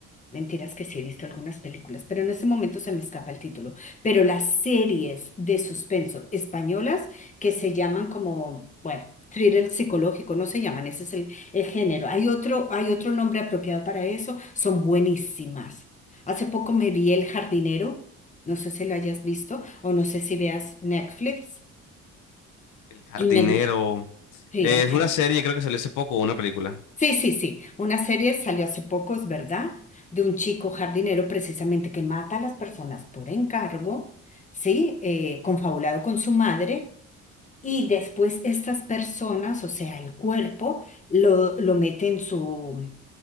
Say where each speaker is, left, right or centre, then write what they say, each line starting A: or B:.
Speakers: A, on the left (about 25°); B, on the left (about 85°).
A: Mentiras que sí he visto algunas películas, pero en este momento se me escapa el título. Pero las series de suspenso españolas que se llaman como, bueno, thriller psicológico, no se llaman, ese es el, el género. Hay otro, hay otro nombre apropiado para eso, son buenísimas. Hace poco me vi El Jardinero, no sé si lo hayas visto o no sé si veas Netflix,
B: El jardinero.
A: y me gustó, sí,
B: Eh,
A: El
B: es
A: Jardinero.
B: una serie, creo que salió hace poco, una película.
A: Sí, sí, sí. Una serie salió hace poco, es verdad, de un chico jardinero precisamente que mata a las personas por encargo, ¿sí? Eh, confabulado con su madre y después estas personas, o sea, el cuerpo, lo, lo mete en su,